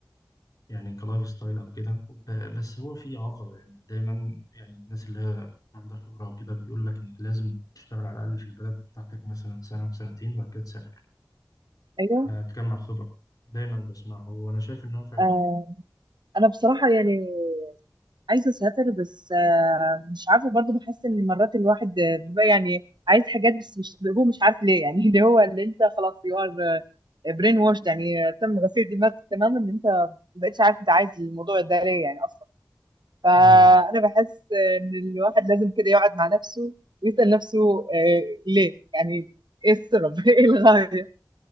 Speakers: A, on the left; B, on the right.
A: يعني كلايف ستايل أو كده ب- بس هو في عقبة يعني دايما يعني الناس اللي هي عندها خبرة وكده بيقول لك إنك لازم تشتغل على الأقل في البلد بتاعتك مثلا سنة سنتين وبعد كده تسافر
B: ايوه
A: هتجمع خبرة دايما بسمعه وأنا شايف إن هو فعلا
B: آه
A: يعني
B: انا بصراحة يعني عايزه اسافر بس آه، مش عارفه برضو بحس ان مرات الواحد آه، بيبقى يعني عايز حاجات بس مش هو مش عارف ليه يعني <laughs> اللي هو اللي انت خلاص يو ار برين واشد يعني آه، تم غسيل دماغك تماما ان انت ما بقتش عارف انت عايز الموضوع ده ليه يعني اصلا فانا
A: أيوه
B: بحس آه، ان الواحد لازم كده يقعد مع نفسه ويسال نفسه آه، ليه يعني ايه السبب <laughs> ايه الغايه